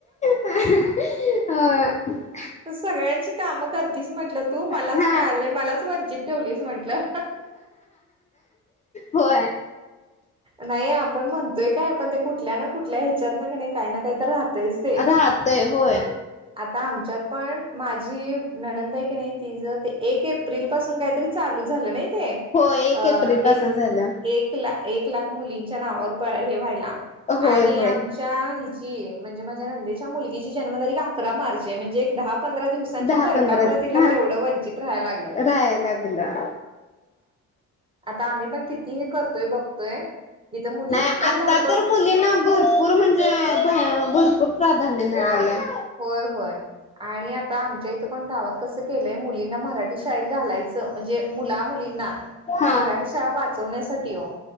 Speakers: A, on the left; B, on the right.
A: हहहहहहह.
B: सगळ्यांची कामं करतीस म्हंटलं तू, मलाच
A: हा
B: मिळालं मलाच वंचित ठेवलीस म्हटलं.
A: होय.
B: नाही आपण म्हणतोय काय पण ते कुठल्या ना कुठल्या ह्याच्यात कणी काही ना काही तर राहतयच ते
A: राहतय होय
B: आता आमच्यात पण माझी ननंद हाय कणी तिझं ते, एक एप्रिल पासून काहीतरी चालू झालं नाही ते.
A: होय एक
B: अ
A: एप्रिल पासून
B: एक
A: झालं
B: एक ला एक लाख मुलींच्या नावावर प हे व्हायला
A: होय
B: आणि
A: होय
B: आ चा हिची म्हणजे माझ्या नंदेच्या मुलगीची जन्मतारीख अकरा मार्च आहे म्हणजे एक दहा-पंधरा दिवस सांच्या
A: दहा
B: परका
A: पंधरा
B: मुळे
A: दिवस
B: तिला
A: हा
B: तेवढं वंचित राहायला लागलं.
A: राहायला लागलं
B: आता आम्ही पण किती हे करतोय बघतोय इथं मुलींना
A: नाही
B: पण
A: आता
B: धडपडून
A: तर मुलींना भरपूर म्हणजे अ भाय भरपूर प्राधान्य मिळालंय.
B: होय-होय आणि आता आमच्या इथं पण गावात कसं त केलय मुलींना मराठी शाळेत घालायच म्हणजे मुला मुलींना
A: हा
B: मराठी त्याला वाचवण्यासाठी ओ